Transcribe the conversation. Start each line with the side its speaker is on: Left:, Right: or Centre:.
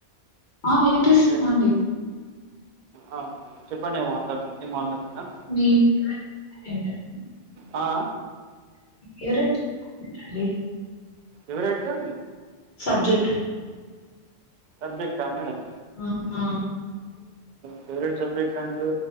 Left: ఆ వినిపిస్తుంద
Right: కట్టే
Left: అండి
Right: ఆ చెప్పండి ఏమో అన్నారు ఏంన్నారు కదా
Left: మీ <inaudible>
Right: ఆ
Left: <inaudible>
Right: ఎవరూ అంటా
Left: సబ్జెక్ట్
Right: సబ్జెక్టా మేడమ్
Left: ఆ ఆ
Right: ఫేవరెట్ సబ్జెక్ట్ అంటూ